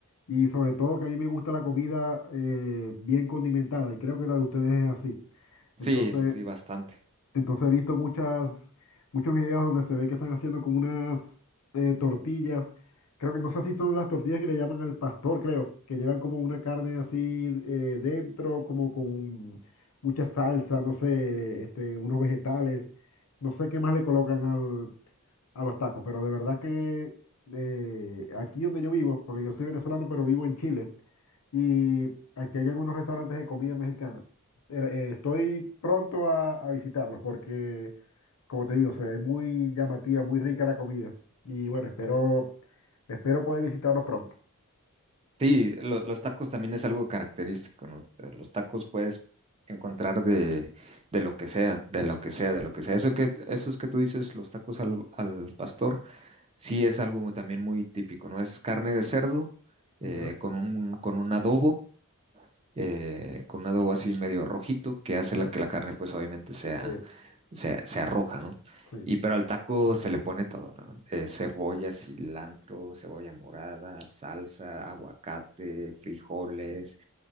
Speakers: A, on the left (about 70°); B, on the right (about 25°).
A: y sobre todo que a mí me gusta la comida eh, bien condimentada y creo que la de ustedes es así.
B: Sí,
A: Entonces,
B: sí, sí, bastante.
A: entonces he visto muchas, muchos videos donde se ve que están haciendo como unas eh, tortillas. Creo que no sé si son las tortillas que le llaman al pastor, creo, que llevan como una carne así eh, dentro, como con mucha salsa, no sé, este, unos vegetales. No sé qué más le colocan al, a los tacos, pero de verdad que eh, aquí donde yo vivo, porque yo soy venezolano, pero vivo en Chile, y aquí hay algunos restaurantes de comida mexicana era- eh, estoy pronto a, a visitarlos porque, como te digo, se ve muy llamativa, muy rica la comida. Y bueno, espero, espero poder visitarlos pronto.
B: Sí, lo- los tacos también es algo característico, ¿no? Eh, Los tacos puedes encontrar de, de lo que sea, de lo que sea, de lo que sea. Eso que, esos que tú dices, los tacos al, al pastor, sí es algo también muy típico, ¿no? Es carne de cerdo eh,
A: ¿Ya?
B: con un, con un adobo eh, con un adobo así medio rojito que hace
A: ¿Ya?
B: la, que la carne pues obviamente sea,
A: Es,
B: sea, sea roja, ¿no?
A: sí.
B: Y pero al taco se le pone todo, ¿no? Eh, cebolla, cilantro, cebolla morada, salsa, aguacate, frijoles.